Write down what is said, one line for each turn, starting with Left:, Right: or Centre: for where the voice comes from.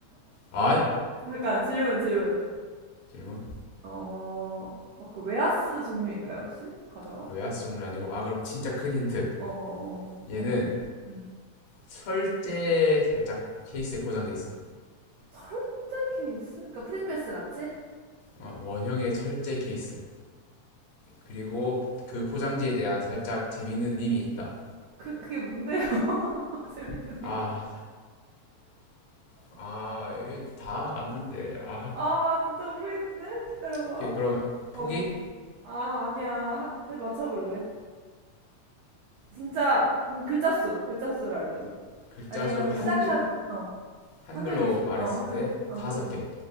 Left: 아
Right: 잠깐 질문 질문.
Left: 질문
Right: 어, 막 그 웨하스 종류인가요, 혹시? 과자가?
Left: 아, 외화수 종류 아니고 아 그럼 진짜 큰 힌트.
Right: 어, 어, 어,
Left: 얘는
Right: 어, 어. 음.
Left: 철제 살짝 케이스에 포장돼 있어.
Right: 절대 케이스? 그러니까 프링글스 같이?
Left: 어, 원형의 철제 케이스. 그리고 그 포장지에 대한 살짝 재밌는 밈이 있다.
Right: 그, 그게 뭔데요? <laughs> 재밌는
Left: 아,
Right: 이름.
Left: 아, 이게 다 맞는데. 아,
Right: 아, 진짜 모르겠는데? 기다려봐.
Left: 오케이. 그럼 포기?
Right: 어. 아, 아니야. 하- 그래도 맞춰볼래. 진짜, 그럼 글자 수, 글자 수를 알려줘.
Left: 글자
Right: 아니면은
Left: 수 한글,
Right: 시작한, 어,
Left: 한글로
Right: 한글 기준?
Left: 말했을
Right: 어, 한글,
Left: 때
Right: 어, 한글
Left: 다섯
Right: 기준.
Left: 개.